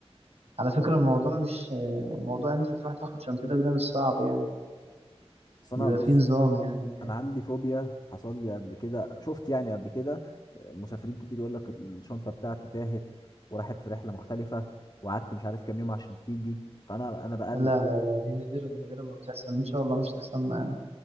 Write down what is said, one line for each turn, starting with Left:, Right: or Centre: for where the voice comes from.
Right: على فكرة الموضوع مش الموضوع ان انت تروح تاخد شنطتك ده مش صعب يعني
Left: بس انا
Right: بيبقى
Left: بص
Right: فيه نظام يعني هناك.
Left: انا عندي فوبيا حصل لي قبل كده شفت يعني قبل كده مسافرين كتير يقول لك الشنطه بتاعتي تاهت وراحت في رحله مختلفه وقعدت مش عارف كام يوم عشان تيجي فانا انا بقلق
Right: لا لا لا دي نادرا نادرا ما بتحصل ان شاء الله مش تحصل معانا